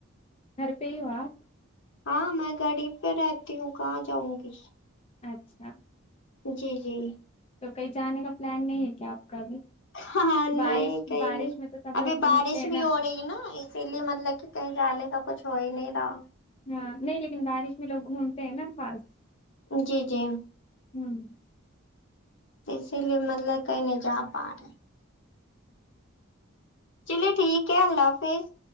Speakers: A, on the left; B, on the left.
A: گھر پہ ہی ہو آپ
B: ہاں میں گھر ہی پہ رہتی ہوں کہاں جاؤں گی
A: اچھا
B: جی جی
A: تو کہیں جانے کا پلان نہیں ہے کیا آپ کا ابھی
B: ہاں نہیں
A: بارش
B: کہئی
A: بارش
B: نہیں
A: میں تو سب
B: ابھی
A: لوگ
B: بارش
A: گھومتے ہیں
B: بھی
A: نا
B: ہو رہی ہے نا اسی لیے مطلب کہ کہیں جانے کا کچھ ہو ہی نہیں رہا
A: ہاں نہیں لیکن بارش میں لوگ گھومتے ہیں نا خاص
B: جی جی
A: ہوں
B: تو اسی لیے مطلب کئی نہیں جا پا رہے چلیے ٹھیک ہے اللہ حافظ